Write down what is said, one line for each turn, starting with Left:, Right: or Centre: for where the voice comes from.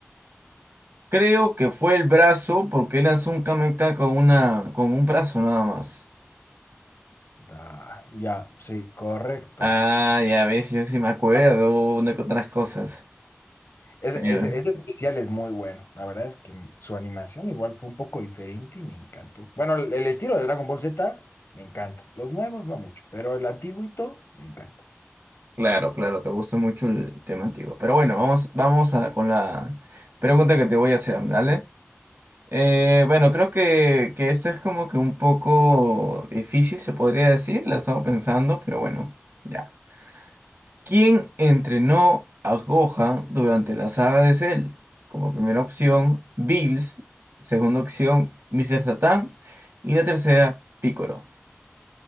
Right: creo que fue el brazo, porque él lanzó un Kamehameha con una, con un brazo nada más.
Left: Da, ya, sí, correcto.
Right: Ah, ya ves, yo sí me acuerdo de otras cosas.
Left: Ese,
Right: Eh,
Left: ese, ese especial es muy bueno. La verdad es que su animación igual fue un poco diferente y me encantó. Bueno, el, el estilo de Dragon Ball Z me encanta. Los nuevos no mucho, pero el antiguito me encanta.
Right: Claro, claro, te gusta mucho el tema antiguo. Pero bueno, vamos, vamos a, con la pregunta que te voy a hacer, ¿dale? Eh, bueno, creo que, que esta es como que un poco difícil, se podría decir, la estamos pensando, pero bueno, ya. ¿Quién entrenó a Gohan durante la saga de Cell? Como primera opción, Bills. Segunda opción, Mr. Satan. Y la tercera, Piccolo.